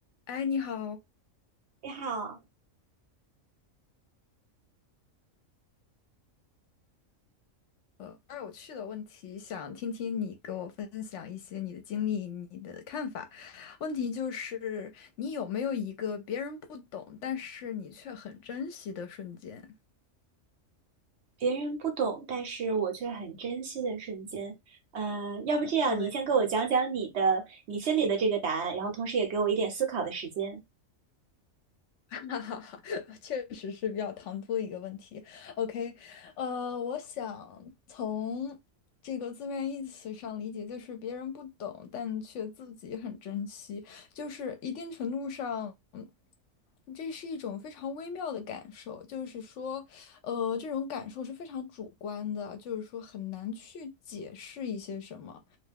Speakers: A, on the left; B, on the right.
A: 哎，你好，
B: 你好，
A: 呃，比较有趣的问题，想听听你给我分享一些你的经历、你的看法。问题就是，你有没有一个别人不懂，但是你却很珍惜的瞬间？
B: 别人不懂，但是我却很珍惜的瞬间。呃，要不这样，
A: 对。
B: 你先给我讲讲你的你心里的这个答案，然后同时也给我一点思考的时间。
A: <laughs> 哈哈哈，<laughs> 确实是比较唐突的一个问题。OK，呃，我想从这个字面意思上理解，就是别人不懂，但却自己很珍惜，就是一定程度上，嗯这是一种非常微妙的感受，就是说，呃，这种感受是非常主观的，就是说很难去解释一些什么。